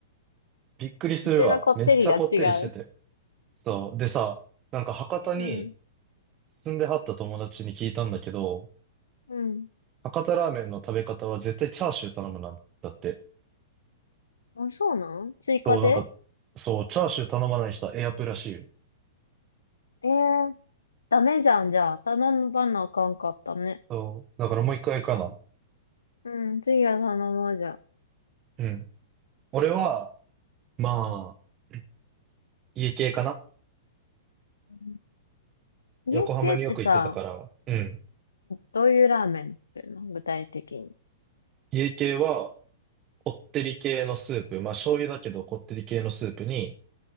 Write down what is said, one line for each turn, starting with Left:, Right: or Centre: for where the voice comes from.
Right: びっくりするわ。
Left: うちのこってりが違う。
Right: めっちゃこってりしてて。そう。でさ、なんか博多に
Left: うん。
Right: 住んではった友達に聞いたんだけど、
Left: うん。
Right: 博多ラーメンの食べ方は絶対チャーシュー頼むなんだって。
Left: あ、そうなん追加で
Right: そう、なんか、そう、チャーシュー頼まない人はエアプらしいよ。
Left: ええーダメじゃん、じゃあ。頼ばなあかんかったね。
Right: そう、だからもう一回かな。
Left: うん、次は頼もうじゃあ。
Right: うん。俺は、まあ、
Left: う
Right: 家系かな。
Left: ん家、
Right: 横浜によく行ってたから、
Left: 家ってさ、
Right: うん。
Left: どういうラーメンなっていうの具体的に。
Right: 家系は、こってり系のスープ、まあ醤油だけどこってり系のスープに、